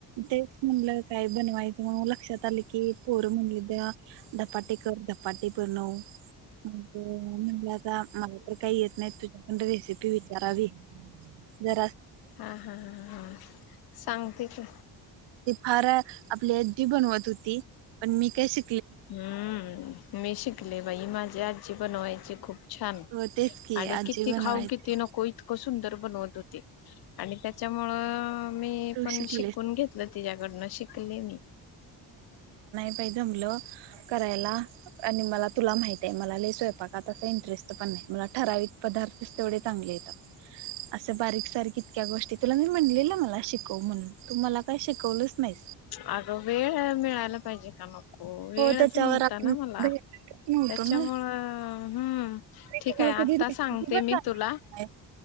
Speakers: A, on the right (about 70°); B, on the left (about 60°).
A: तेच म्हटलं काय धनवाद लक्षात आली की पोर म्हली उद्या पाटी कर पाटी ब नव मुलाता काही येत नाही तुझ्याकड रेसिपी विचारावी ज
B: हा हा ह हा सांगते की
A: हर आपले बनवत होती पण मी काय श
B: हम्म मी शिकले बाई माझ्या आजी बन व्हायची खूप छान
A: हो तेच की
B: आणि
A: आजी
B: किती
A: बनवायचे
B: खाऊ किती नको इतकं सुंदर बनवत होत आणि त्याच्यामुळं मी
A: तू
B: पण
A: शिकलेस
B: शिकून घेतलं तिच्या डनं शिकले मी
A: का जमलं करायला आणि मला तुला माह आहे मला स्वयपाक त इंटरेस्ट पण नाही म ठराविक पदार्थ तेवढे चग येतात असे बारीक सार इतक्या गोष्टी तुला मी म्हणलेलं मला शिकव म्हणून तू मला काही शिकवलंच नाही
B: अगं वेळ मिळायला पाहिजे का मग हो वेळच
A: त्याच्यावर
B: नव्हता
A: आपण
B: ना मला
A: भेटतच नव्हतो
B: त्याच्यामुळं
A: ना
B: हम्म ठीक
A: तुम्हाला
B: आहे आता
A: कधी रेसिपी
B: सांगते
A: पण
B: मी
A: सांगितली
B: तुला
A: नाही